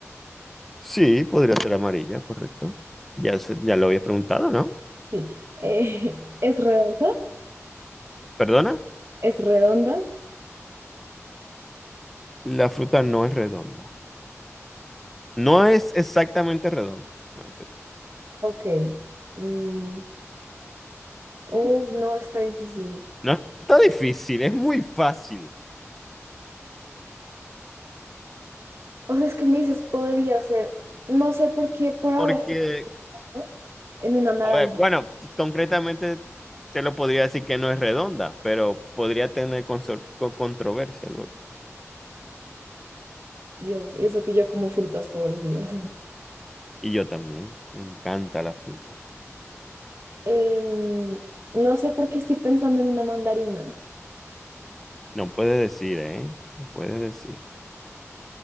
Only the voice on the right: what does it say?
sí. Eh, <laughs> ¿es redonda?
¿Es redonda?
Ok. Mm, uf, no, está difícil.
O sea, es que me dices, podría ser, no sé por qué por
ahora sí, ¿no? En una naranja.
Dios, y eso que yo como frutas todos los días.
Em, no sé por qué estoy pensando en una mandarina.